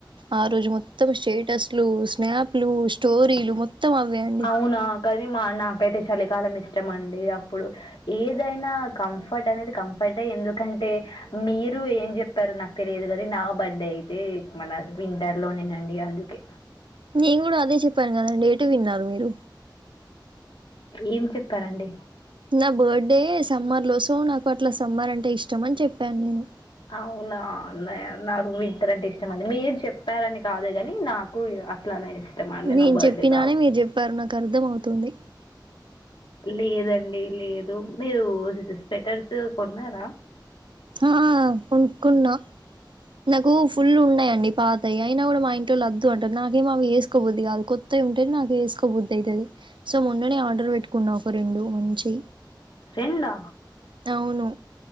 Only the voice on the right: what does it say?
ఆ రోజు మొత్తం స్టేటస్ ట్లుస్నాప్, లు స్టోరీలు మొత్తం అవే అండి
నేను కూడా అదే చెప్పాను కదండి ఎటు విన్నారు మీరు,
నా బర్త్డే సమ్మర్ లోసో నాకు అట్లా సమ్మర్ అంటే ఇష్టం అని చెప్పాను నేను
నేను
చెప్పినానే
మీరు చెప్పారు నాకు అర్థం అవుతుంది.
ఆ కొనుకున్నా నాకు ఫుల్ ఉన్నాయి. అండి పాతాయి అయినా కూడా మా ఇంట్లో లద్దు అంటారు, నాకేమ అ వేసుకోబుద్ది కాదు కొత్తయి ఉంటేది నాకు ఎసుకోబుద్ది అయిది. సో మున్ననే ఆర్డర్ పెట్టుకున్నా ఒక రెండు మంచి
అవును